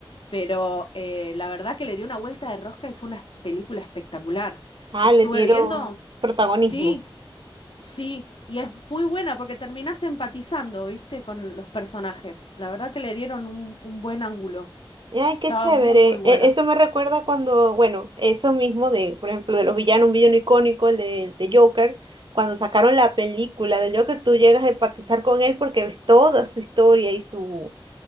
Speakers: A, on the left (about 70°); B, on the right (about 60°).
A: Pero eh, la verdad que le dio una vuelta de rosca y fue una película espectacular.
B: Ah,
A: Estuve
B: le dieron
A: viendo,
B: protagonismo.
A: sí, sí, y es muy buena porque terminás empatizando, ¿viste? Con los personajes. La verdad que le dieron un, un buen ángulo.
B: Ay, qué
A: Estaba
B: chévere.
A: muy, muy buena.
B: E- Eso me recuerda cuando, bueno, eso mismo de, por ejemplo, de los villanos, un villano icónico, el de, de Joker, cuando sacaron la película de Joker, tú llegas a empatizar con él porque ves toda su historia y su,